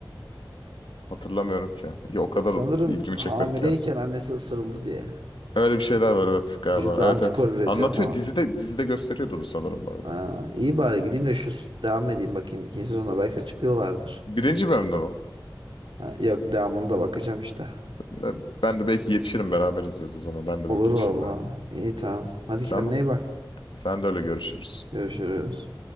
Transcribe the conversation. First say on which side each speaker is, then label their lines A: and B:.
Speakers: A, on the left; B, on the right.
A: Hatırlamıyorum ki. Ya o kadar
B: Sanırım
A: ilgimi
B: hamileyken
A: çekmedi ki.
B: annesi ısırıldı diye.
A: Öyle bir şeyler var evet galiba.
B: Vücudu
A: Evet
B: antikor
A: evet.
B: üretiyor
A: Anlatıyor
B: falan.
A: dizide dizide gösteriyordu onu sanırım bu arada.
B: Ha, iyi bari gideyim de şu devam edeyim bakayım. İkinci sezonda belki açıklıyorlardır.
A: Birinci bölümde mi?
B: Ha, yok devamında bakacağım işte.
A: Ne- Ben de belki yetişirim beraber izliyoruz o zaman. Ben
B: Olur
A: de bir geçeyim
B: valla.
A: bari.
B: İyi tamam. Hadi
A: Tamam.
B: kendine iyi bak.
A: Sen de öyle görüşürüz.
B: Görüşürüz.